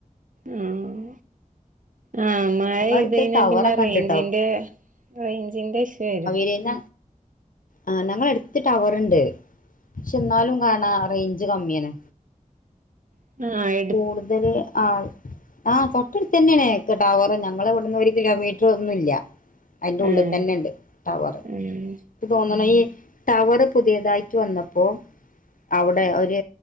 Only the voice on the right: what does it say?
ഉം ആ മഴയ്തഴിഞ്ഞാ
പിന്നെ റേഞ്ചിന്റെ
റേഞ്ചിന്റെ ഇഷ്യ വരും.
<unintelligible>
ഉം
ഉം